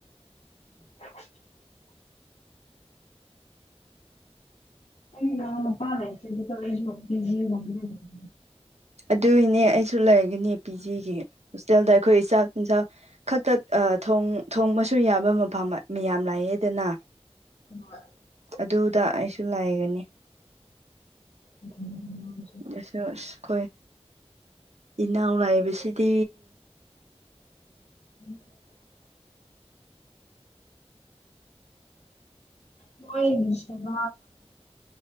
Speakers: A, on the left; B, on the right.
A: ꯔ <inaudible> ꯑꯩ ꯢꯅꯥꯎꯅꯨꯄꯥ ꯂꯩ ꯀꯦꯖꯤ <unintelligible> <unintelligible> <unintelligible>
B: ꯑꯗꯨꯒꯤꯅꯦ ꯑꯩꯁꯨ ꯂꯩꯒꯅꯤ ꯄꯤ ꯖꯤꯒꯤ ꯍꯣꯁꯇꯦꯜꯗ ꯑꯩꯈꯣꯏ ꯆꯥꯛ ꯌꯦꯟꯖꯥꯡ ꯈꯛꯇ ꯊꯣꯡꯕꯁꯨ ꯌꯥꯕ ꯃꯐꯝ ꯃꯌꯥꯝ ꯂꯥꯛꯑꯦꯗꯅ
A: ꯍꯣꯢ
B: ꯑꯗꯨꯗ ꯑꯩꯁꯨ ꯂꯩꯒꯅꯤ
A: ꯎꯝ
B: ꯑꯁ ꯀꯣꯏ ꯏꯅꯥꯎ ꯂꯩꯕꯁꯤꯗꯤ
A: <unintelligible> ꯃꯣꯏꯒꯤ <inaudible>